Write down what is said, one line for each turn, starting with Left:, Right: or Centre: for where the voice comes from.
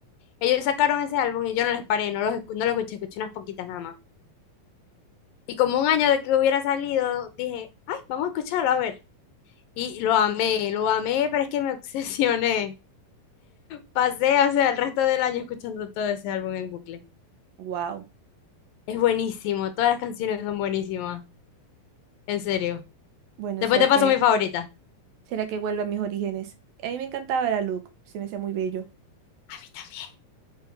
Left: Ellos sacaron ese álbum y yo no les paré, no los, escu- no lo escuché, escuché unas poquitas nada más. Y como un año de que hubiera salido, dije, ay, vamos a escucharlo, a ver. Y lo amé, lo amé, pero es que me <laughs> obsesioné. Pasé, o sea, el resto del año escuchando todo ese álbum en bucle.
Right: Wow.
Left: Es buenísimo, todas las canciones son buenísimas, en serio.
Right: Bueno,
Left: Después
Right: ¿será
Left: te paso
Right: que,
Left: mi favorita. A
Right: será que vuelvo a mis orígenes? A mí me encantaba la Luke, se me hacía muy bello.
Left: mí también.